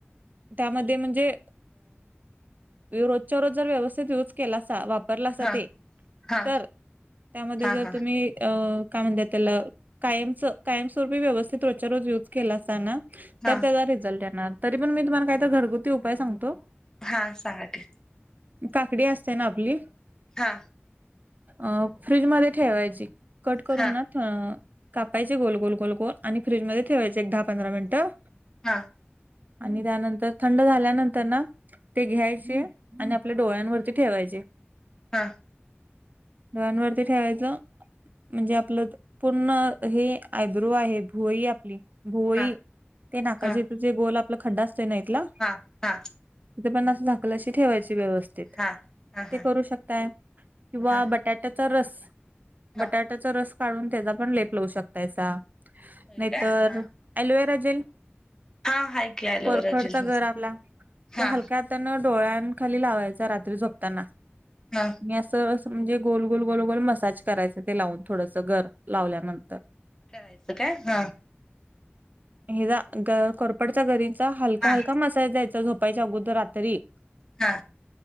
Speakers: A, on the right; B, on the left.
A: त्यामध्ये म्हणजे- रोजच्या रोज जर व्यवस्थित युज केलासा वाप - वापरलासा
B: हा
A: ते
B: हा
A: तर त्यामध्ये
B: हा
A: जर
B: हा
A: तुम्ही अ काय म्हणता त्याला. कायमच कायमस्वरूपी व्यवस्थित रोजच्या रोज युज केलासाना
B: हा
A: तर त्याचा रिझल्ट येणार. तरी पण मी तुम्हाला काही तर घरगुती उपाय सांगतो.
B: हा सांगा की
A: काकडी असते ना आपली.
B: हा.
A: अ फ्रीज मध्ये ठेवायची कट करून
B: हा
A: ना अ. कापायची गोल - गोल - गोल - गोल आणि फ्रीजमध्ये ठेवायचं एक दहा पंधरा मिनटं.
B: हा.
A: आणि त्यानंतर थंड झाल्यानंतर ना ते घ्यायचे आणि आप. आपल्या डोळ्यांवरती ठेवायचे.
B: हा.
A: डोळ्यांवरती ठेवायचं म्हणजे आपलं पूर्ण - हे आयब्रो आहे भुवई आहे आपली भुवई
B: हा
A: ते नाकाच्या
B: हा
A: तिथं. जे गोल आपलं खड्डा असते ना इथला.
B: हा हा.
A: तिथ पण असं झाकल्याशीे ठेवायची व्यवस्था.
B: हा हा
A: ते
B: हा
A: करू शकताय किंवा
B: हा
A: बटाट्याचा रस -
B: हा
A: बटाट्याचा रस काढून त्याचा पण लेप लावू शकतायसा
B: होय
A: नाहीतर
B: काय हा
A: - एलोराजेल
B: हा हाय की ॲलोवेरा
A: कोरफडचा
B: जेल
A: गर आपला
B: हा
A: ते हलक्यात - त्यांना डोळ्यां खाली लावायचा रात्री झोपताना.
B: हां.
A: मी असं - असं म्हणजे गोल - गोल - गोल - गोल मसाज करायचं ते लावून थोडसं गर लावल्यान.
B: करायचं का हा.
A: हेचा कोरफडचा गरीचा हलका-
B: हा
A: हलका मसाज दयचा झोप. झोपायच्या अगोदर रात्री
B: हा...